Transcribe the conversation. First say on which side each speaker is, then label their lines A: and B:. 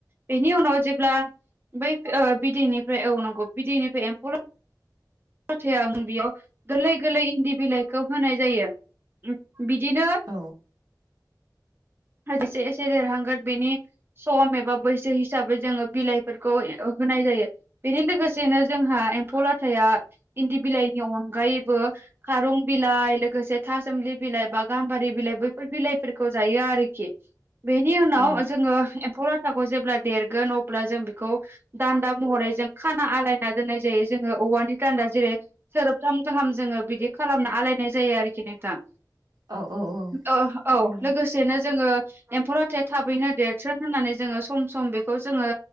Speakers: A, on the right (about 30°); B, on the right (about 65°).
A: बेनि उनाव जेब्ला बै बिदैनिफ्राय औ नंगौ बिदैनिफ्राय एम फौ लाथाया ओं बेयाव गोरलै गोरलै इन्दि बिलाइखौ होनाय जायो। बिदिनो
B: औ
A: एसे एसे देरहांगोन बेनि सम एबा बैसो हिसाबै जोङो बिलाइफोरखौ होनाय जायो बेनि लोगोसेनो जोंहा एम्फौ लाथाया इन्दि बिलाइनि अनगायैबो खारं बिलाइ लोगोसे थासोमलि बिलाइ बा गाम्बारि बिलाइ बैफोर बिलाइफोरखौ जायो आरोखि बेनि उनाव
B: औ
A: जोङो एम फौ लाथाखौ जेब्ला देरगोन अब्ला जों बेखौ दान्दा महरै जों खाना आलायना दोननाय जायो जों जोङो औवानि दान्दा जेरै सोरोबथाम गाहाम जोङो बिदि खालामना आलायनाय जायो आरोखि नोंथां।
B: औ औ औ
A: ओ
B: थारैनो
A: औ लोगोसेनो जोङो एम्फौ लाथाया थाबैनो देरथों होननानै जोङो सम सम बेखौ जोङो